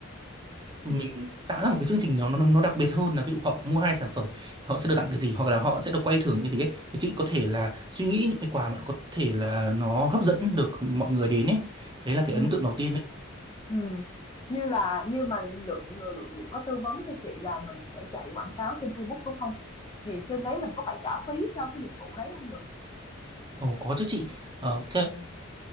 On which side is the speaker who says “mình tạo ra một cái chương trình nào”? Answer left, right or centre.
Right